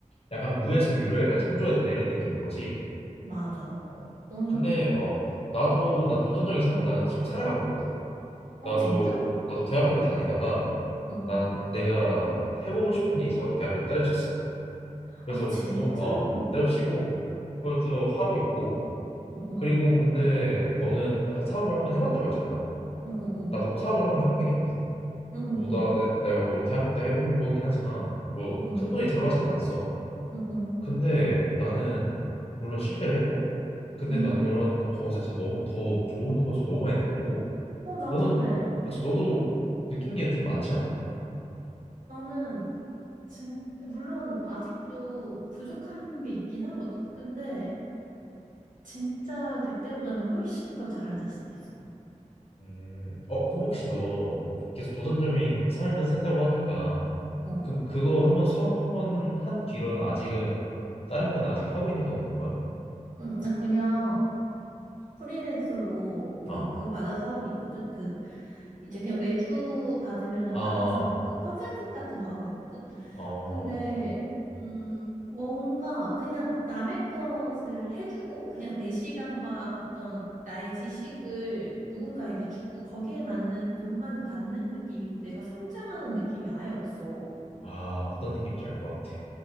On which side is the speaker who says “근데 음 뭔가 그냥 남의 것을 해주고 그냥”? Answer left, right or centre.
Right